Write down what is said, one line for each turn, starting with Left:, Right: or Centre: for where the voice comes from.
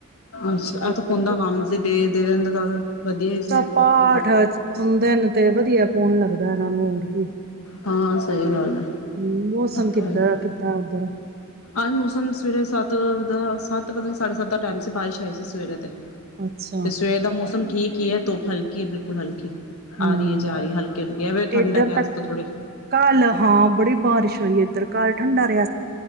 Left: ਅੱਛਾ
Right: ਸਟੀਕਰ
Left: ਇਹ ਤਾਂ ਪੁੰਨ ਦਾ ਕੰਮ ਸੀ ਦੇ ਦੇ ਦਿੰਦਾ। ਵਧੀਆ ਹੀ ਸੀ
Right: ਚਲ
Left: ਤਾਂ
Right: ਪਾਠ
Left: ਕਦੇ
Right: ਸੁਂਦੇ ਨੇ ਤੇ ਵਧੀਆ ਹੁਣ ਲੱਗਦਾ ਇਹਨਾਂ ਨੂੰ ਹੋਰ ਕੀ
Left: ਹਾਂ ਸਹੀ ਗੱਲ ਹੈ
Right: ਹਮ ਮੌਸਮ
Left: ਇਹ
Right: ਕਿੱਦਾਂ
Left: ਤਾਂ ਹੈ
Right: ਕਿੱਦਾਂ ਉੱਧਰ?
Left: ਅੱਜ ਮੌਸਮ ਸਵੇਰੇ ਸੱਤ ਸੱਤ ਵਜੇ ਸਾਢੇ ਸੱਤ ਦਾ ਟਾਈਮ ਸੀ ਬਾਰਿਸ਼ ਆਈ ਸੀ ਸਵੇਰੇ ਤੇ।
Right: ਅੱਛਾ
Left: ਤੇ ਸਵੇਰ ਦਾ ਮੌਸਮ ਠੀਕ। ਯੇ ਤੋ ਹਲਕੀ ਹੈ ਬਿਲਕੁਲ ਹਲਕੀ। ਆ
Right: ਹਮ
Left: ਰਹੀ ਹੈ ਜਾ ਰਹੀ ਹੈ ਹਲਕੀ ਹਲਕੀ ਐਵੇਂ ਠੰਡਕ
Right: ਏਧਰ
Left: ਹੈ
Right: ਤਾਂ
Left: ਅੱਜ ਥੋੜੀ
Right: ਕੱਲ ਹਾਂ ਬੜੀ ਬਾਰਿਸ਼ ਹੋਈ ਇੱਧਰ ਕਲ ਠੰਡਾ ਰਿਹਾ ਸੀ